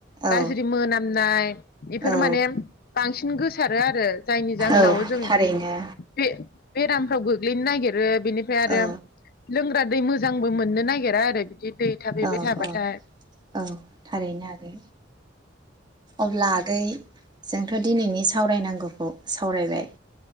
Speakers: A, on the right; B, on the left.
A: औ
B: गाज्रि मोनामनाय बेफोर
A: औ
B: माने बांसिन गोसारो आरो जायनि जाहोनावबो
A: औ
B: जों
A: थारैनो
B: बे बेरामफोराव गोग्लैनो नागिरो। बेनिफ्राय आरो
A: औ
B: लोंग्रा दै मोजांबो मोननो नागिरा आरो बिदि दै थाफैबाय
A: औ
B: थाबाथाय
A: औ औ थारैनो आगै अब्ला आगै जोंथ दिनैनि सावरायनांगौखौ सावरायबाय।